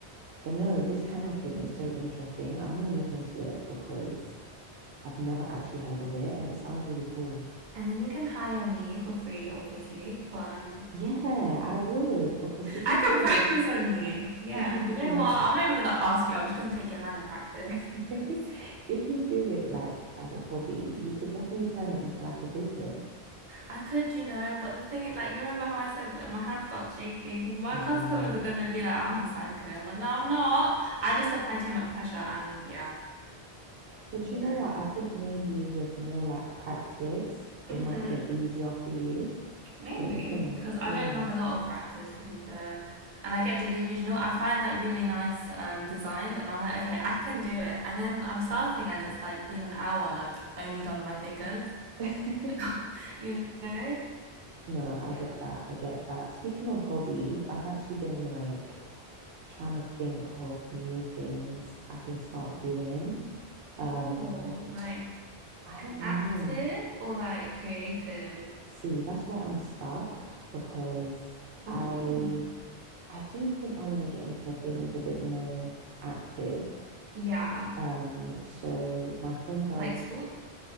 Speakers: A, on the right; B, on the right.
A: but no, this henna thing is so interesting. I'm gonna look into it because I've never actually heard of it and it sounds really cool.
B: And then you can hire me for free, obviously. But um,
A: Yeah, I would because if
B: I
A: you
B: can
A: do
B: practice on you. Yeah,
A: it,
B: you know
A: <laughs> yeah.
B: what? I'm not even gonna ask you. I'm just gonna take your hand and practice.
A: <laughs>
B: 'Cause
A: If you do it like as a hobby, you could definitely turn it into like a business.
B: I could, you know, but the thing is, like, you remember how I said that my hand starts shaking? My
A: Oh
B: customers
A: yeah.
B: are gonna be like, "I'm a psycho." I'm like, "No, I'm not. I just apply too much pressure," and yeah,
A: But
B: you
A: you know
B: know.
A: what? I think maybe with more like practice, it
B: hmm
A: might get easier for you,
B: Maybe
A: don't you think?
B: because I
A: Yeah.
B: don't have a lot of practice to be fair, and I get delusional. I find like really nice um, designs, and I'm like, okay, I can do it. And then I'm starting, and it's like been an hour, and I've only done my fingers.
A: <laughs>
B: Like, <laughs> you know?
A: No, I
B: Yeah.
A: get that. I get that. Speaking of hobbies, I've actually been like trying to think of new things I can start doing. Um,
B: Oh, like
A: I don't
B: active
A: know.
B: or like creative?
A: See, that's where I'm stuck because I
B: Ooh,
A: I do think I want to get into things a bit more active.
B: yeah,
A: Um, so my friend does
B: like sports?